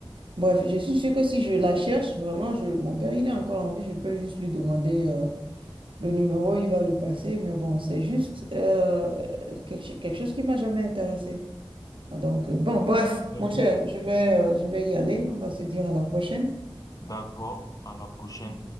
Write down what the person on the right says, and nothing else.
bref, je suis sûre que si je la cherche, vraiment, je, mon père, il est encore en vie. Je peux juste lui demander euh, le numéro, il va le passer. Mais bon, c'est juste euh, quelque, ch- quelque chose qui m'a jamais intéressée. Donc, euh, bon, bref,
mon
cher, je vais, euh, je vais y aller. On va se dire à la prochaine.